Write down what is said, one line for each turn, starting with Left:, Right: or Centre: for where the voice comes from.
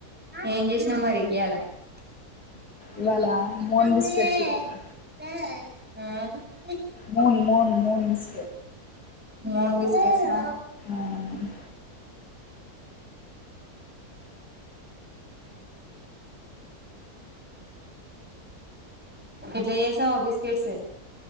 Centre: ఏం చేస్ నమరి ఇయాళ? ఉం
Left: ఇవాళ మోన్ బిస్కెట్స్ చేసిన moon moon moons
Centre: non veg తెచ్చిన
Left: అవును
Centre: ఎట్ల చేశావ్ ఆ బిస్కెట్స్